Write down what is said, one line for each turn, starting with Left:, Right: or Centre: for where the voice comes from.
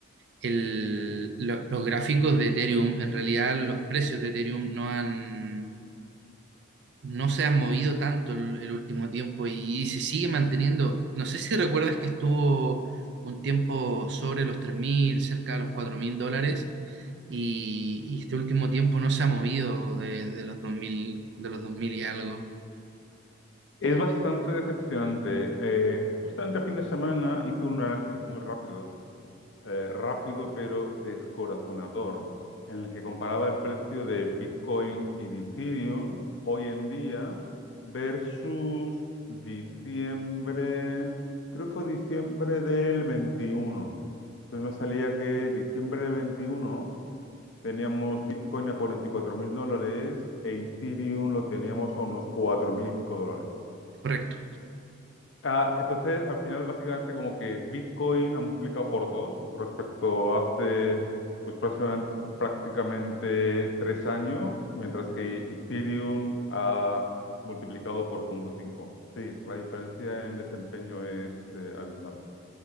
Right: el- lo- los gráficos de Ethereum, en realidad los precios de Ethereum no han, no se han movido tanto el, el último tiempo y, se sigue manteniendo. No sé si recuerdas que estuvo un tiempo sobre los 3.000, cerca de los 4.000 dólares y, y este último tiempo no se ha movido de, de los 2.000, de los 2.000 y algo.
Left: Es bastante decepcionante. Eh, justamente el fin de semana hice un análisis muy rápido, eh, rápido pero descorazonador, en el que comparaba el precio de Bitcoin y de Ethereum hoy en día versus diciembre, creo que fue diciembre del 21. Entonces me salía que diciembre del 21 Teníamos Bitcoin a 44 mil dólares e Ethereum lo teníamos a unos 4 mil y pico dólares.
Right: Correcto.
Left: Ah, entonces, al final, básicamente, como que Bitcoin ha multiplicado por dos respecto a hace pues, prácticamente prácticamente tres años, mientras que Ethereum ha multiplicado por 0.5. Sí, la diferencia en desempeño es eh, abismal.